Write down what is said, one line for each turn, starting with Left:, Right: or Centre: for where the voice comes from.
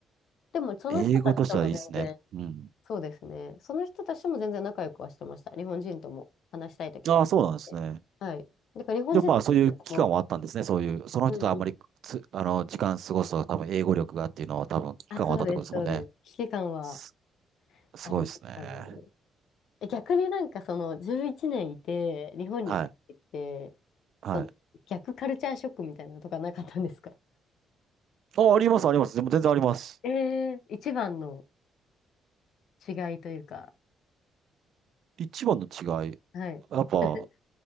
Left: でもその人たちとも全然、
Right: 英語としてはいいですね。うん。
Left: そうですね、その人たちとも全然仲良くはしてました。日本人とも話したいときは。
Right: ああ、そうなんですね。
Left: ではい。だから日本人と
Right: でもまあそういう期間はあったんですね。
Left: も、
Right: そういう、その人とあんまりつ、
Left: うんうん。
Right: あの、時間過ごすと多分英語力がっていうのは多分期間はあったってことですもんね。
Left: あ、そうです、そうです。危機感は
Right: す、すごいですね。
Left: ありましたね。え逆になんかその11年いちねんいて、日本に帰ってきて、
Right: はい。はい。
Left: その逆カルチャーショックみたいなのとかなかったんですか
Right: あ、あります、あります。でも全然あります。
Left: ええー、一番の違いというか、
Right: 一番の違い。
Left: はい。
Right: やっぱ、
Left: <laughs>